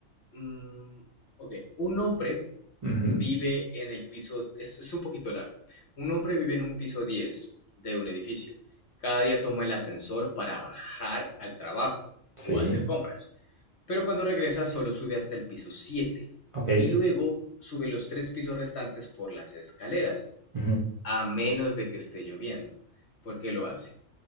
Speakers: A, on the left; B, on the right.
A: mm, ok, un hombre
B: Ujú,
A: vive en el piso, es, es un poquito largo. Un hombre vive en un piso 10 de un edificio. Cada día toma el ascensor para bajar al trabajo
B: Sí,
A: o hacer compras. Pero cuando regresa solo sube hasta el piso 7
B: ok.
A: y luego sube los tres pisos restantes por las escaleras,
B: ujú.
A: a menos de que esté lloviendo. ¿Por qué lo hace?